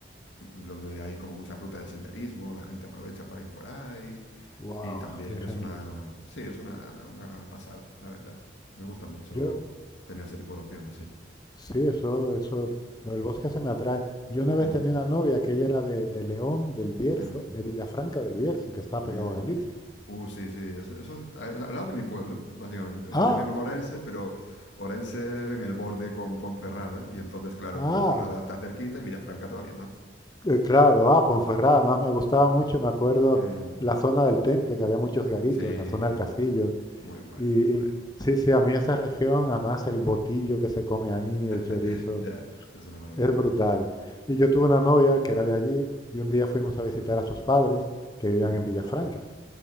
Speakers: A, on the left; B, on the left.
A: donde hay como muchas rutas de senderismo, la gente aprovecha para ir por ahí.
B: Wow,
A: Y también
B: qué
A: es
B: genial.
A: una, sí, es una, una pasada, la verdad. Me gusta mucho
B: Yo,
A: tener ese tipo de opciones, sí.
B: Sí, eso, eso, lo del bosque se me atrae. Yo una vez
A: Mm,
B: tenía una novia que ella era de, de León, del Bierzo,
A: mm,
B: de Villafranca del Bierzo, que está
A: mm.
B: pegado a Galicia.
A: Uh, sí, sí, eso, eso es a- es al lado de mi pueblo, básicamente. O
B: Ah,
A: sea, yo vivo en Orense, pero Orense en el borde con Ponferrada, y entonces, claro,
B: ah,
A: Ponferrada está cerquita y Villafranca todavía más.
B: c- claro, ah, Ponferrada, además me gustaba mucho, me acuerdo
A: Mm,
B: la zona del Temple, que había muchos garitos,
A: sí,
B: la zona del castillo.
A: muy guay,
B: Y,
A: muy guay.
B: y sí, sí, a mí esa región, además el botillo que se come ahí,
A: <laughs>
B: el chorizo,
A: Ya, es una maravilla.
B: es brutal. Y yo tuve una novia que era de allí y un día fuimos a visitar a sus padres que vivían
A: Mm,
B: en Villafranca.